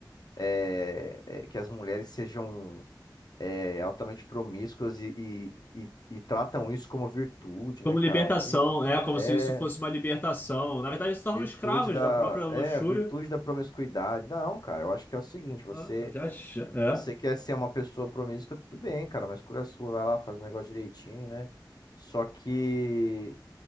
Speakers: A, on the left (about 60°); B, on the left (about 25°).
A: é, é, que as mulheres sejam é, altamente promíscuas e, e, e- e tratam isso como virtude,
B: Como
A: né, cara?
B: libertação,
A: Sei
B: é como
A: É.
B: se isso fosse uma libertação. Na verdade, eles
A: Virtude
B: se tornam escravos
A: da.
B: da própria luxúria
A: É, virtude da promiscuidade. Não, cara, eu acho que é o seguinte, você.
B: Ah, tá viajando. É,
A: Você quer ser uma pessoa promíscua, tudo bem, cara, mas escolha sua, vai lá, faz o negócio direitinho, né? Só que